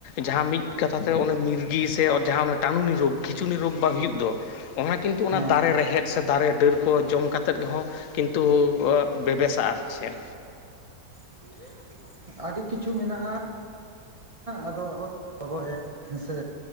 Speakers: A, on the left; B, on the right.
A: ᱡᱟᱦᱟᱸ ᱢᱤᱫ ᱠᱟᱛᱷᱟ ᱛᱮ ᱚᱱ ᱢᱤᱨᱜᱤ ᱥᱮ ᱡᱟᱦᱟᱸ ᱚᱱᱟ ᱴᱟᱱᱩᱱᱤ ᱨᱳᱜᱽ᱾ ᱠᱷᱤᱪᱩᱱᱤ ᱨᱳᱜᱽ ᱵᱟᱝ ᱦᱩᱭᱩᱜ ᱫᱚ ᱚᱱᱟ ᱠᱤᱱᱛᱩ ᱚᱱᱟ
B: ᱦᱮᱸ
A: ᱫᱟᱨᱮ ᱨᱮᱦᱮᱫ᱾ ᱥᱮ ᱫᱟᱨᱮ ᱰᱟᱹᱨ ᱠᱚ ᱡᱚᱢ ᱠᱟᱛᱮᱫ ᱜᱮᱦᱚᱸ ᱠᱤᱱᱛᱩ ᱵᱮᱵᱮᱥᱟ ᱟᱨ ᱪᱮᱫ᱾
B: <inaudible> ᱟᱹᱰᱤ ᱠᱤᱪᱷᱩ ᱢᱮᱱᱟᱜᱼᱟ᱾ ᱟᱫᱚ ᱟᱵᱚ <unintelligible> ᱜᱚᱜᱚᱭᱟ ᱦᱮᱸᱥᱮ?